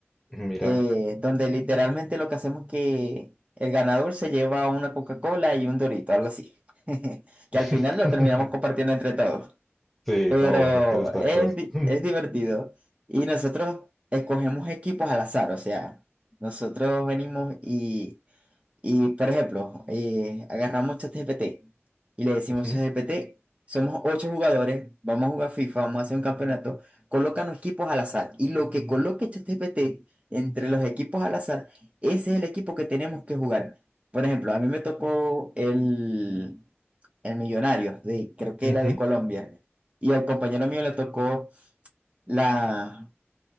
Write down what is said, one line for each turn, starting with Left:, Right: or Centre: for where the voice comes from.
Centre: Mira,
Right: eh, donde literalmente lo que hacemos es que el ganador se lleva una Coca-Cola y un Dorito, algo así. <laughs>
Centre: <laughs>
Right: Que al final lo terminamos compartiendo entre todos.
Centre: Sí, está
Right: Pero
Centre: bueno hacer estas
Right: es,
Centre: cosas.
Right: di-
Centre: Ujú,
Right: es divertido. Y nosotros escogemos equipos al azar, o sea, nosotros venimos y y, por ejemplo, eh, agarramos ChatGPT y le decimos
Centre: ujú,
Right: ChatGPT, somos ocho jugadores, vamos a jugar FIFA, vamos a hacer un campeonato, colócanos equipos al azar. Y lo que coloque ChatGPT entre los equipos al azar, ese es el equipo que tenemos que jugar. Por ejemplo, a mí me tocó el, el Millonario, de, creo que
Centre: ujú,
Right: era de Colombia, y al compañero mío le tocó la,